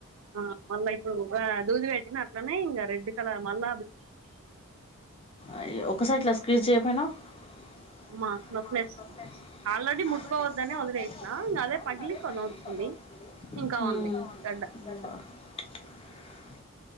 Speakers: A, on the right (about 60°); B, on the left (about 25°).
A: ఆ మళ్ళా ఆ దూది పెట్టిన అట్ల నే ఇంగ రెడ్ కలర్ మళ్ళ
B: అయ్యో ఒక్కసారి ఇట్లా స్క్రీజ్ చేయపోయినవ మ్
A: అమ్మా నొప్పిలేస్ ఆల్రెడీ ముట్టుకోవద్దనే వదిలేసిన ఇంగ అదే పగిలి
B: <unintelligible>
A: కొంచెం వచ్చింది ఇంకా ఉంది గడ్డ